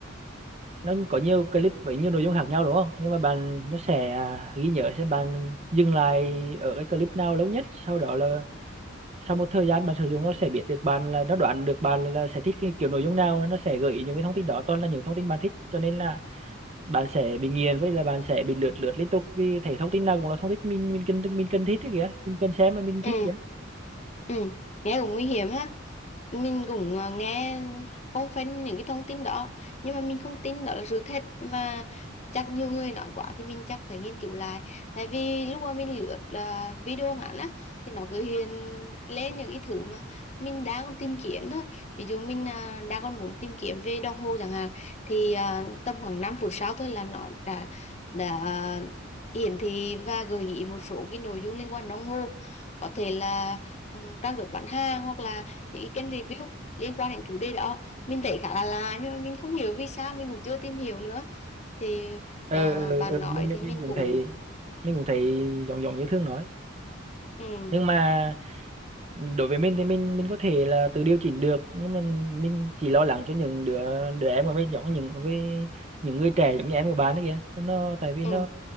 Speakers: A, on the right; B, on the left.
A: nó có nhiều clip với nhiều nội dung khác nhau đúng không nhưng mà bạn nó sẽ à, ghi nhớ xem bạn dừng lại ở cái clip nào lâu nhất sau đó là sau một thời gian bạn sử dụng nó sẽ biết được bạn là nó đoán được bạn là, là sẽ thích cái kiểu nội dung nào nó sẽ gợi ý những cái thông tin đó toàn là những thông tin bạn thích cho nên là bạn sẽ bị nghiền với là bạn sẽ bị lướt lướt liên tục vì thấy thông tin nào cũng là thông tin mình mình cần mình cần thích ấy kìa mình cần xem mà mình thích
B: ừ
A: kìa
B: ừ nghe cũng nguy hiểm ha mình cũng ờ, nghe phong phanh những cái thông tin đó nhưng mà mình không tin đó là sự thật nhưng mà chắc nhiều người nói quá thì mình chắc phải nghiên cứu lại tại vì lúc mà mình lướt là video ngắn á thì nó cứ hiện lên những cái thứ mà mình đang còn tìm kiếm thôi ví dụ mình à, đang còn muốn tìm kiếm về đồng hồ chẳng hạn thì à, tầm khoảng 5 phút sau thôi là nó đã đã hiển thị và gợi ý một số cái nội dung liên quan đồng hồ có thể là ừ, trang web bán hàng hoặc là những cái kênh review liên quan đến chủ đề đó mình thấy khá là lạ nhưng mà mình không hiểu vì sao mình cũng chưa tìm hiểu nữa thì
A: ờ
B: ờ,
A: ờ
B: bạn
A: ờ, mình
B: nói
A: mình
B: thì mình
A: mình cũng
B: cũng
A: thấy mình cũng thấy giống giống như Thương nói
B: ừ,
A: nhưng mà đối với mình thì mình mình có thể là tự điều chỉnh được nhưng mà mình chỉ lo lắng cho những đứa đứa em của mình giống như những với những người trẻ giống như em của bạn ấy kìa nó tại vì
B: ừ,
A: nó